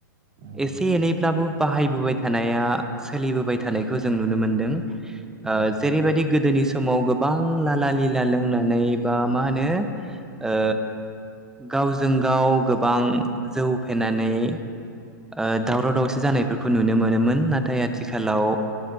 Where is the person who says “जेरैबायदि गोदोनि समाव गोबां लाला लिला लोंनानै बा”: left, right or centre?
Centre